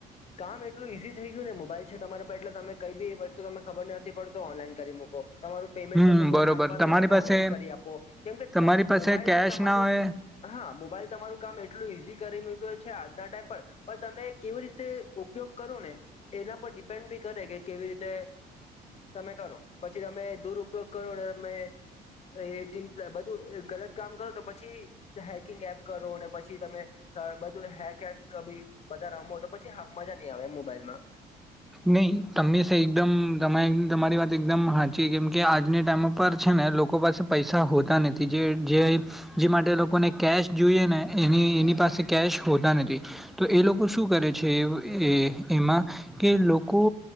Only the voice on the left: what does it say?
કામ એટલું ઈઝી થઈ ગયું ને મોબાઈલ છે તમારે એટલે તમે કઈ બી વસ્તુ ખબર નથી પડતો ઓનલાઈન કરી મૂકો તમારું પેમેન્ટ
તમને કોઈને
આપવાનું
હોય તો
ઓનલાઈન કરી આપો કેમ કે
મોબાઈલ
તમારું
હા મોબાઈલ તમારું કામ એટલું ઈઝી કરી છે આજના ટાઈમ પણ તમે કેવી રીતે ઉપયોગ કરો ને એના પર ડિપેન્ડ બી કરે કે કેવી રીતે તમે કરો પછી તમે દુર ઉપયોગ કરો ને તમે એ બધું ગલત કામ કરો તો પછી હેકિંગ એપ કરો પછી તમે બધું હેક હેક બધા રમો તો પછી મજા નઈ આવે એમ મોબાઈલમાં